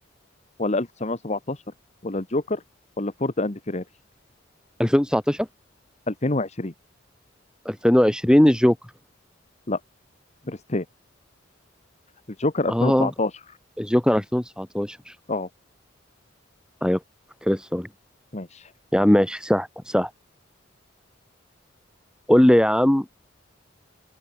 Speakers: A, on the left; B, in the centre.
A: ولا 1917 ولا الجوكر ولا فورد اند فيراري
B: 2019
A: 2020
B: 2020 الجوكر
A: لا بريستيا الجوكر 2019
B: اه الجوكر 2019
A: اه
B: ايوه كنت لسه أقول.
A: ماشي
B: يا عم ماشي سهل سهل قول لي يا عم